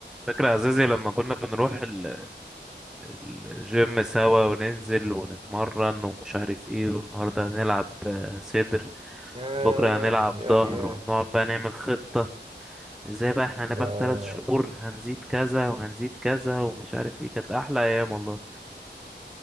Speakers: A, in the centre; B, on the right.
A: فاكر يا عزيزي لما كنا بنروح ال- الجيم سوا وننزل ونتمرن ومش عارف ايه والنهارده هنلعب آه، صدر
B: ياه
A: بكرة هنلعب
B: ياه
A: ظهر
B: ياه
A: ونقعد بقى نعمل خطة ازاي بقى احنا
B: ده
A: هنبقى في تلات شهور هنزيد كذا وهنزيد كذا ومش عارف ايه كانت أحلى أيام والله